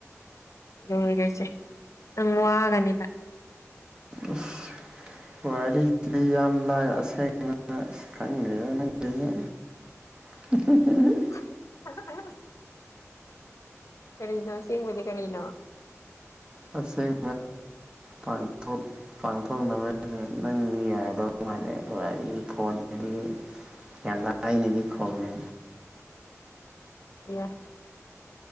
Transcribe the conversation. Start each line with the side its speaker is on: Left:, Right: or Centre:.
Left: ꯂꯣꯏꯔꯣꯏꯁꯦ ꯅꯪ ꯋꯥꯒꯅꯦꯕ
Right: ꯑꯁ ꯋꯥꯔꯤꯁꯤꯗꯤ ꯌꯥꯝ ꯂꯥꯏ ꯑꯁꯦꯡꯕ ꯈꯪꯗꯦꯗ ꯅꯪꯒꯤꯁꯦ <inaudible>
Left: <inaudible> ꯀꯔꯤꯅꯣ ꯁꯦꯡꯕꯗꯤ ꯀꯔꯤꯅꯣ
Right: ꯑꯁꯦꯡ ꯄꯥꯡꯊꯣꯡ ꯄꯥꯡꯊꯣꯛꯅꯕ ꯍꯥꯏꯁꯦ ꯅꯪꯗꯤ ꯌꯥꯗꯧ ꯃꯥꯜꯂꯦ ꯋꯥꯔꯤ ꯐꯣꯟꯁꯤꯗꯤ ꯌꯥꯝ ꯂꯥꯏꯅꯗꯤ ꯈꯨꯝꯃꯦ
Left: ꯌꯥ